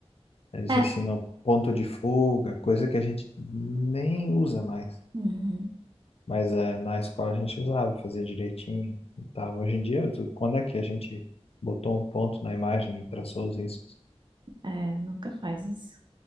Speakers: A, on the left; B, on the right.
A: Eles
B: É,
A: ensinam ponto de fuga, coisa que a gente nem usa mais.
B: uhum,
A: Mas eh, na escola a gente usava, fazia direitinho e tal. Hoje em dia, tu- quando é que a gente botou um ponto na imagem e traçou os riscos?
B: é, nunca faz isso.